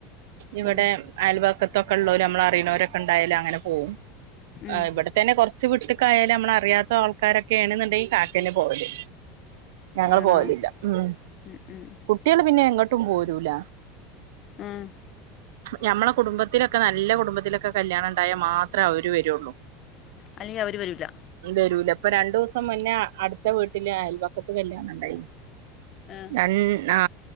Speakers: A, on the right (about 85°); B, on the left (about 40°).
A: ഇവിടെ
B: ഉം
A: അയൽവാക്ക ക്കെള്ളോല് നമ്മളെ അറിണേര് കെ ഇണ്ടായാൽഅങ്ങനെ പോകും
B: ഉം
A: ഇവിടെത്തന്നെ കുറച്ച് വിട്ട്ക്കായാലും. നമ്മള അറിയാത്ത ആൾക്കാരൊക്കെ ണ് ന്ന്ണ്ടെങ്കി കാക്കേന്നെ പോവല്. ഞങ്ങൾ
B: ആണോ
A: പോവലില്ല ഉം
B: ഉം ഉം
A: കുട്ടികള് പിന്നെ എങ്ങട്ടും പോരൂല.
B: ഉം
A: ഞമ്മളെ കുടുംബ ത്തിലൊക്കെ നല്ല കുടുംബത്തിലൊക്കെ കല്യാണം ണ്ടാ യാ മാത്ര അവര് വരുള്ളൂ.
B: അല്ലെങ്കി അവര് വരൂല്ല.
A: വരൂല ഇപ്പൊ രണ്ടു ദിവസം മുന്നേ അടുത്ത വീട്ടില് അയൽവക്കത്ത് കല്യാണം ണ്ടായിന്നു
B: ആ
A: ഉം ആ